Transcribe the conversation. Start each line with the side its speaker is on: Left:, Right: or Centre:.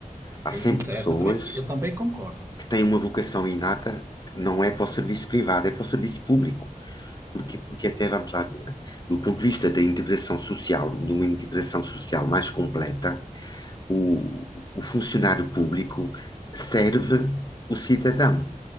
Right: sim,
Left: Há sempre
Right: certo,
Left: pessoas
Right: eu também, eu também concordo.
Left: que têm uma vocação inata que não é para o serviço privado, é para o serviço público. Porque, porque até vamos lá ver, do ponto de vista da integração social, de uma integração social mais completa, o, o funcionário público serve o cidadão.